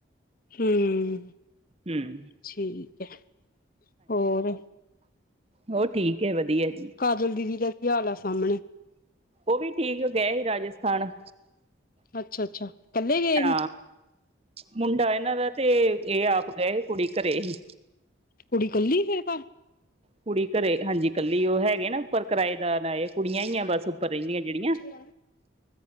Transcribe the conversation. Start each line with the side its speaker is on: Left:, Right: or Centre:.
Left: ਹੂੰ
Right: ਹੂੰ
Left: ਠੀਕ ਹੈ ਹੋਰ
Right: ਹੋ ਠੀਕ ਹੈ ਵਧੀਆ ਜੀ
Left: ਕਾਜਲ ਦੀਦੀ ਦਾ ਕੀ ਹਾਲ ਆ ਸਾਹਮਣੇ
Right: ਉਹ ਵੀ ਠੀਕ ਉਹ ਗਏ ਸੀ ਰਾਜਸਥਾਨ
Left: ਅੱਛਾ-ਅੱਛਾ ਇਕੱਲੇ ਗਏ ਹੀ।
Right: ਹਾਂ ਮੁੰਡਾ ਇਹਨਾਂ ਦਾ ਤੇ ਇਹ ਆਪ ਗਏ ਹੀ ਕੁੜੀ ਘਰੇ ਹੀ
Left: ਕੁੜੀ ਕੱਲੀ ਫਿਰ ਤਾਂ
Right: ਕੁੜੀ ਘਰੇ ਹਾਂਜੀ ਕੱਲੀ ਉਹ ਹੈਗੇ ਨਾ ਉੱਪਰ ਕਿਰਾਏਦਾਰ ਆਏ ਕੁੜੀਆਂ ਹੀ ਆ ਬਸ ਉ ਰਹਿੰਦੀਆਂ ਜਿਹੜੀਆਂ
Left: ਅੱਛਾ